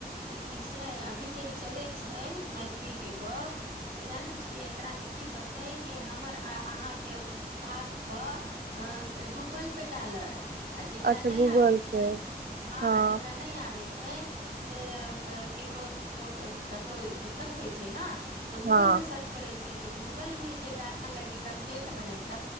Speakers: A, on the right; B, on the right.
A: ई की छै अभी जे ई चलै छै मैथिलीके गप् से जानै छियै एकरा मे की करतै कि हमर आहाँके बातक अ गूगल पे डाल आ जेकरा
B: अच्छा
A: न
B: गूगल
A: आबे छै
B: पे
A: हा
B: हँ
A: आ जेकरा न आबेछै छै से ककरो ककरो कतहु दिक्कत होइ छै न तऽ गूगलमे
B: हँ
A: सर्च करय छै तऽ गूगलमे जे डालै लागि कन्टेन्ट बनेत